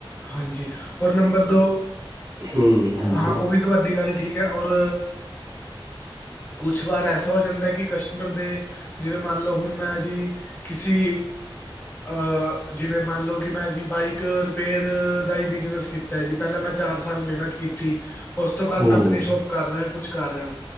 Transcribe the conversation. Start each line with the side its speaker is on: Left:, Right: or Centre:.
Left: ਹਾਂਜੀ ਔਰ ਨੰਬਰ ਦੋ
Right: ਹੂੰ, ਹਾਂਜੀ,
Left: ਹਾਂ ਉਹ ਵੀ ਤੁਹਾਡੀ ਗੱਲ ਠੀਕ ਹੈ ਔਰ ਕੁਛ ਵਾਰ ਐਸਾ ਹੋ ਜਾਂਦਾ ਕਿ ਕਸਟਮਰ ਦੇ ਜਿਵੇਂ ਮੰਨ ਲਓ ਹੁਨ ਮੈਂ ਜੀ ਕਿਸੀ ਅ ਜਿਵੇਂ ਮੰਨ ਲਉ ਕਿ ਮੈਂ ਜੀ ਬਾਈਕ ਪੇਰ ਦਾ ਹੀ ਬਿਜਨਸ ਕੀਤਾ ਜੀ ਪਹਿਲਾਂ ਮੈਂ ਚਾਰ ਸਾਲ ਮਿਹਨਤ ਕੀਤੀ ਉਸ ਤੋਂ ਬਾਅਦ
Right: ਹੂੰ,
Left: ਮੈਂ ਆਪਣੀ ਸ਼ੋਪ ਕਰ ਰਿਹਾ, ਕੁਛ ਕਰ ਰਿਹਾ।